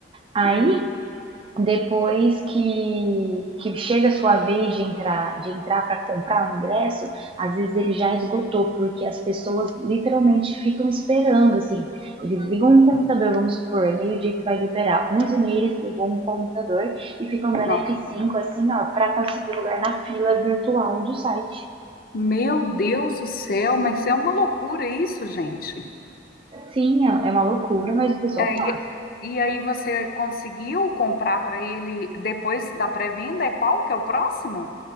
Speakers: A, on the right; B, on the left.
A: Aí
B: Hum,
A: depois que, que chega a sua vez de entrar de entrar para comprar o ingresso, às vezes ele já esgotou, porque as pessoas literalmente ficam esperando, assim. Eles ligam um computador, vamos supor, é meio-dia que vai liberar, 11 h eles ligam um computador e ficam dando
B: nossa.
A: F5, assim, ó, para conseguir lugar na fila virtual do site.
B: Meu Deus do céu, mas é uma loucura isso, gente.
A: Sim, é é uma loucura, mas o pessoal
B: É, e,
A: faz.
B: e aí você conseguiu comprar para ele depois da pré-venda? É qual que é o próximo?